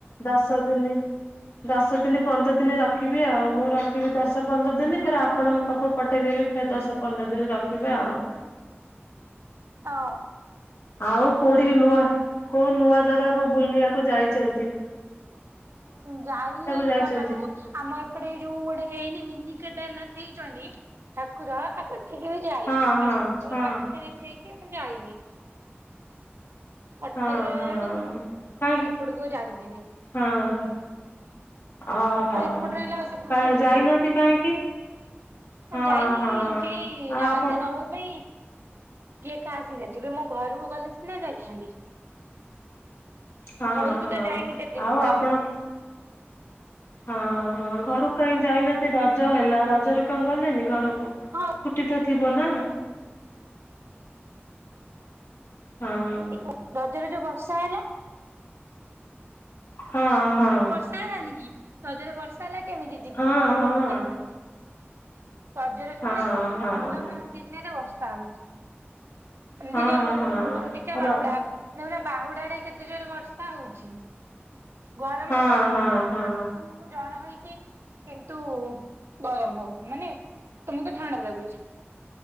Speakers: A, on the left (about 80°); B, on the right (about 70°).
A: ଦଶ ଦିନି ଦଶ ଦିନି ପନ୍ଦର ଦିନ ରଖିବି ଆଉ ମୁଁ ରଖିବି ଦଶ ପନ୍ଦର ଦିନି ଫେରେ ଆ ପଣଙ୍କ ପାଖକୁ ପଠେଇ ଦେବି ଫେରେ ଦଶ ପନ୍ଦର ଦିନି ରଖିବେ ଆଉ।
B: ହଁ।
A: ଆଉ କୋଉଠି କୁ ନୂଆ କୋଉ ନୂଆ ଜାଗାକୁ ବୁଲିବାକୁ ଯାଇଚନ୍ତି?
B: ଯାଇନି
A: ଯାଇଛନ୍ତି?
B: ନୂଆ ଜାଗାକୁ। ଆମ ଏପଟେ ଯୋଉ ଗୋଟେ ହେଇନି ମିନିିକେଦାରନାଥ ହେଇଚନ୍ତି ଠାକୁର ଆଚ୍ଛା ସେଠିକେ ବି ଯାଇନି
A: ହଁ ହଁ
B: ଆମ ଘର
A: ହଁ
B: ପାଖରେ ବି ହେଇକି ମୁଁ ଯାଇନି। କଟକରେ
A: ହଁ ହଁ
B: ରହିଲାଠୁ ଉଁ
A: କାହିଁ
B: <unintelligible> ସେପଟକୁ ଯାଇ ହୁଏନି।
A: ହଁ ହ। ଅ ହ
B: ଆଉ ଏପଟେ ରହିଲା ଆଉ ସେପଟକୁ
A: କାହିଁ
B: କେମିତି
A: ଯାଇନାହାନ୍ତି
B: ଯିବି।
A: କାହିଁକି? ହଁ
B: ଯାଇନି
A: ହଁ
B: କେହି
A: ଆ
B: ନାହାନ୍ତି
A: ଆପଣ
B: ନବା ପାଇଁ କିଏ କାହା ସାଙ୍ଗେ ଯିବେ ମୋ ଘରକୁ ଗଲେ ସିନା ଯାଇଥାନ୍ତି।
A: ହଁ
B: ଘରକୁ
A: ହଁ
B: ତ ଯାଇନି କେତେ ଦିନି
A: ଆଉ
B: ହେଲାଣି।
A: ଆପଣ ହଁ ହଁ ଘରକୁ କାଇଁ ଯାଇନାହାନ୍ତି ରଜ ହେଲା। ରଜରେ କଣ ଗଲେନି ଘରକୁ?
B: ହଁ
A: ଛୁଟି ତ ଥିବ ନା। ହଁ।
B: ଏଇ ବ <inaudible> ରଜରେ ଯୋଉ ବର୍ଷା ହେଲା।
A: ହଁ ହଁ।
B: ର୍ଷା ହେଲାନିକି ରଜରେ ବର୍ଷା ହେଲା କେମିତି ଯିବି
A: ହଁ
B: ରଜରେ
A: ହଁ।
B: ତ ଯାଇପାରିଲିନି। ରଜରେ <unintelligible>
A: ହଁ
B: ମାନେ ସବୁ
A: ହଁ
B: ଭଲ ଭଲ ଦିନିରେ ବର୍ଷା ହୋଉଚି। ଏମିତି
A: ହଁ
B: କି ଗୁ-ଗୁଣ୍ଡିଚା
A: ହଁ ର
B: ବାହୁଡା ଦେଖୁନା ବାହୁଡାରେ କେତେ ଜୋର ବର୍ଷା ହୋଉଚି। ଗରମ
A: ହଁ
B: ହବା କଥା
A: ହଁ ହଁ।
B: ଠାକୁରଙ୍କୁ ଜର ହେଇଚି। କିନ୍ତୁ ଗରମ ହୋଉନି ମାନେ ତମକୁତ ଥଣ୍ଡା ଲାଗୁଚି।